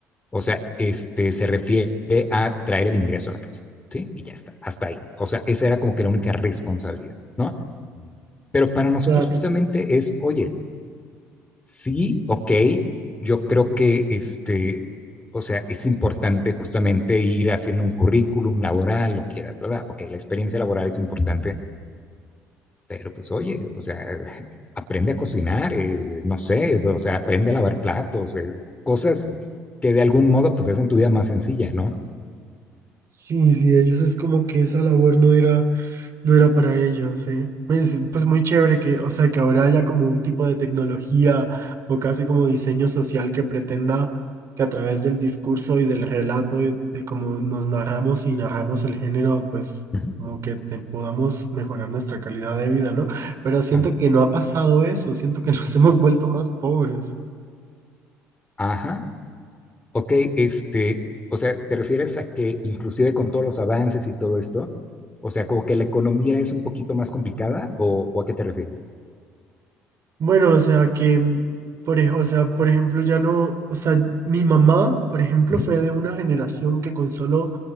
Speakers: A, on the left; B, on the right.
A: o sea, este, se refiere a traer el ingreso a la casa, ¿sí? Y ya está, hasta ahí. O sea, esa era como que la única responsabilidad, ¿no? Pero para nosotros
B: Claro.
A: justamente es, oye, sí, ok, yo creo que este, o sea, es importante justamente ir haciendo un currículum laboral, lo que quieras, ¿verdad? Ok, la experiencia laboral es importante, pero pues oye, o sea, <laughs> aprende a cocinar, eh, no sé, o sea, aprende a lavar platos, eh, cosas que de algún modo pues hacen tu vida más sencilla, ¿no?
B: Sí, sí, ellos es como que esa labor no era, no era para ellos, eh. Pues, pues muy chévere que, o sea, que ahora haya como un tipo de tecnología o casi como diseño social que pretenda que a través del discurso y del relato y de cómo nos narramos y narramos el género, pues
A: Ujú,
B: como que te- podamos mejorar nuestra calidad de vida, ¿no? Pero siento
A: Claro.
B: que no ha pasado eso, siento que <laughs> nos hemos vuelto más pobres.
A: Ajá. Ok, este, o sea, ¿te refieres a que inclusive con todos los avances y todo esto, o sea, como que la economía es un poquito más complicada o, o a qué te refieres?
B: Bueno, o sea que, por, ej- o sea, por ejemplo, ya no, o sea, mi mamá, por ejemplo,
A: Ujú,
B: fue de una generación que con solo,